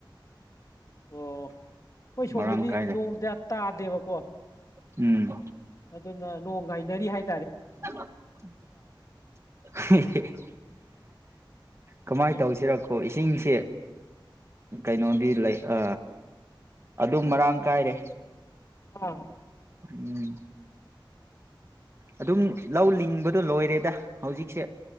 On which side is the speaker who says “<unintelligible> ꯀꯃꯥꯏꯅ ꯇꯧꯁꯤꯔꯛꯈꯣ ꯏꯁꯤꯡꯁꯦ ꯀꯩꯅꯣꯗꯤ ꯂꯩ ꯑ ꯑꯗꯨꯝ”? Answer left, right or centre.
Right